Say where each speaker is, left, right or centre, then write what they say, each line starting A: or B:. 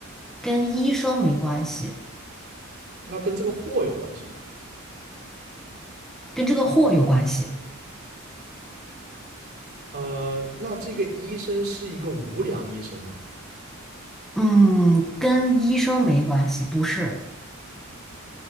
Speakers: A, in the centre; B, on the right (about 50°).
A: 跟医生没关系，
B: 那跟这个货有关系吗？
A: 跟这个货有关系。
B: 呃，那这个医生是一个无良医生吗？
A: 嗯，跟医生没关系，不是。